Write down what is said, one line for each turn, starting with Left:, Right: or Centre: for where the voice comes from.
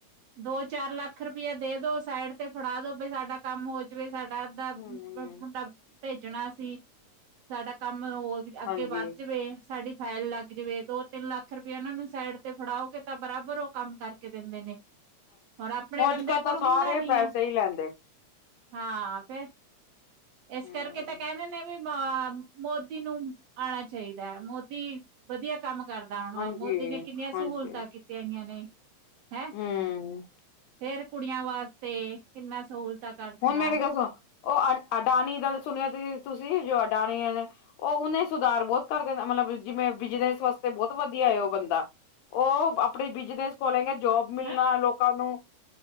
Right: ਦੋ-ਚਾਰ ਲੱਖ ਰੁਪਆ ਦੇ ਦੋ ਸਾਈਡ ਤੇ ਫੜਾ ਦੋ, ਬਈ ਸਾਡਾ ਕੰਮ ਹੋ ਜਵੇ ਸਾਡਾ ਦਾ ਮ
Left: ਹੂੰ
Right: ਮੁੰਡਾ ਭੇਜਣਾ ਸੀ, ਸਾਡਾ ਕੰਮ ਹੋ ਜੇ। ਅੱਗੇ
Left: ਹਾਂਜੀ-ਹਾਂਜੀ
Right: ਵੱਧ ਜਵੇ, ਸਾਡੀ ਫਾਈਲ ਲੱਗ ਜਵੇ, ਦੋ-ਤਿੰਨ ਲੱਖ ਰੁਪਿਆ ਇਹਨਾਂ ਨੂੰ ਸੈਡ ਫੇਰ ਤਾਂ ਬਰਾਬਰ ਓ ਕੰਮ ਕਰਕੇ ਦੇਂਦੇ ਨੇ। ਪਰ ਆਪਣੇ
Left: ਹੁਣ
Right: ਬੰਦੇ
Left: ਅੱਜ ਕੱਲ
Right: ਕੋਲੋਂ
Left: ਤਾਂ ਸਾਰੇ
Right: ਹੁੰਦਾ ਨੀ
Left: ਪੈਸੇ
Right: ਆ।
Left: ਹੀ ਲੈਂਦੇ
Right: ਹਾਂ ਫੇਰ, ਏਸ
Left: ਹੂੰ
Right: ਕਰਕੇ ਤੈ ਕਹਿੰਦੇ ਨੇ ਵੀ ਮ ਮੋਦੀ ਨੂੰ ਆਣਾ ਚਾਈਦੈ, ਮੋਦੀ ਵਧੀਆ ਕੰਮ ਕਰ ਵਾਹ-ਵਾਹ,
Left: ਹਾਂਜੀ,
Right: ਮੋਦੀ ਨੇ ਕਿੰਨੀਆਂ ਸਹੂਲਤਾਂ
Left: ਹਾਂਜੀ
Right: ਕੀਤੀਆਂ ਹੀਈਆਂ ਨੇ, ਹੈਂ।
Left: ਹੂੰ
Right: ਫੇਰ ਕੁੜੀਆਂ ਵਾਸਤੇ ਕਿੰਨਾ ਸਹੂਲਤਾਂ ਕਰਤੀਆਂ
Left: ਹੁਣ ਮੇਰੀ ਕੱਸੋਂ ਓ ਅ ਅਡਾਨੀ ਦਾ ਸੁਣਿਆ ਤੁਸੀਂ, ਜੋ ਅਡਾਨੀ ਐ ਨੇ ਉਹ ਉਹਨੇ ਸੁਧਾਰ ਬਹੁਤ ਕਰ ਦੇਨਾ, ਮਤਲਬ ਜਿਵੇਂ ਬਿਜਨਸ ਵਾਸਤੇ ਬਹੁਤ ਵਧੀਆ ਹੈ ਉਹ ਬੰਦਾ। ਓ ਹ ਆਪਣੇ ਬਿਜਨਸ ਖੋਲੇਗੇ ਜੋਬ ਮਿਲਣਾ
Right: ਹੈਂ
Left: ਲੋਕਾਂ ਨੂੰ,